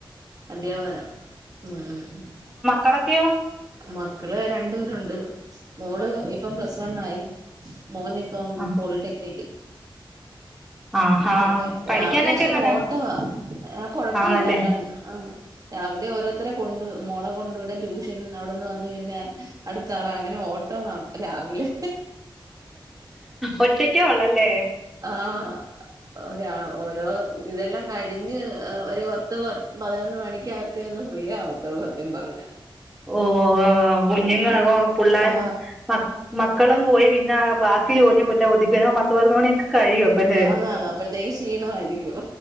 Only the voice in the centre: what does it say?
കളക്കെയോ?
ആ
ആഹാ
പഠിക്കാനൊക്കെ
എങ്ങനാ
ആന്നല്ലേ
ഒറ്റക്ക ഒള്ള് അല്ലേ?
ഓ കുഞ്ഞുങ്ങളാവോ
പുള്ളേർ
സ മക്കളും പോയി പിന്നെ ബാക്കി ജോലി പോല്ല ഒതുക്കിഞ്ഞ പത്ത പരുന്ന് മണിയൊക്കെ കഴിയും. പല്ലേ.